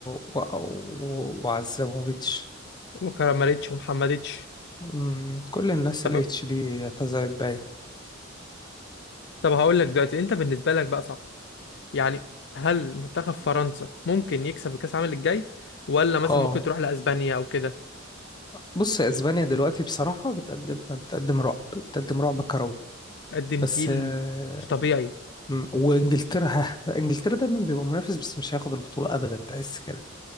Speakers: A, on the left; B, on the left.
A: و... و... وعزاموفيتش
B: وكراماريتش ومحمديتش
A: مم، كل الناس
B: طب
A: الاتش دي اعتزلت باين
B: طب هقول لك دلوقتي انت بالنسبه لك بقى صعب يعني هل منتخب فرنسا ممكن يكسب كأس العالم الجاي ولا
A: آه
B: مثلا ممكن تروح لأسبانيا أو كده
A: بص يا اسبانيا دلوقتي بصراحة بتقدم بتقدم رعب بتقدم رعب كروي
B: قدم
A: بس
B: جيل
A: آه،
B: مش طبيعي
A: م- وانجلترا ها بقى انجلترا دايما بيبقى منافس بس مش هياخد البطولة ابدا تحس كده